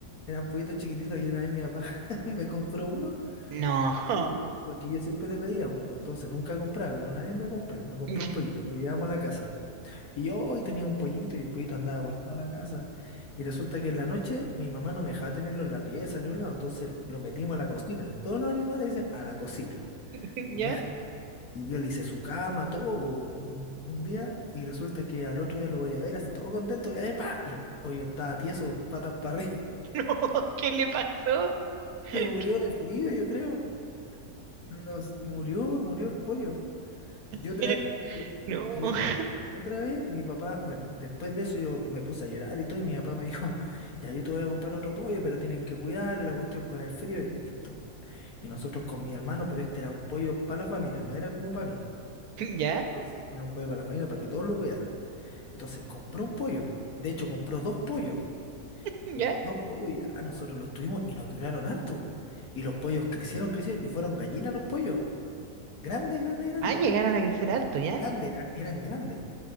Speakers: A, on the left (about 75°); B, on the right (about 80°).
A: eran pollitos chiquititos y una vez mi papá <laughs> me compró uno.
B: No.
A: Y- Porque yo siempre le pedía, po, pues entonces nunca compraba, pero una vez me compré, me compré
B: <laughs>
A: un pollito, lo llevamos a la casa. Y yo hoy tenía un pollito y el pollito andaba por toda la casa. Y resulta que en la noche mi mamá no me dejaba tenerlo en la pieza ni un lado, entonces lo metimos a la cocina. Todos los animales dicen a la cocina. <laughs>
B: ¿Ya?
A: ¿ya? Y yo le hice su cama, todo, po, un, un día, y resulta que al otro día lo voy a ver, así todo contento, voy a ver, ¡pa! Y el pollo estaba tieso, patas para arriba.
B: No, ¿qué le pasó?
A: <laughs>
B: <laughs>
A: Se murió
B: ¿Qué?
A: de frío, yo creo. Nos, murió, murió el pollo. Y otra,
B: Pero,
A: yo-
B: no.
A: y
B: <laughs>
A: otra, y otra vez mi papá, bueno, después de eso yo me puse a llorar y todo, y mi papá me <laughs> dijo, ya yo te voy a comprar otro pollo, pero tienen que cuidarlo, y la cuestión con el frío, y listo. Y nosotros con mi hermano, pero este era un pollo para la familia, no era como para mí.
B: ¿Ya?
A: Entonces era un pollo para la familia, para que todos lo cuidaran. Entonces compró un pollo, po. De hecho, compró dos pollos.
B: ¿Ya?
A: Y los dos pollos ya nosotros los tuvimos y nos duraron harto, po. Y los pollos crecieron, crecieron y fueron gallinas los pollos. Grandes, grandes, grandes.
B: Ah, llegaron a crecer harto, ¿ya?
A: Grandes, era- eran grandes.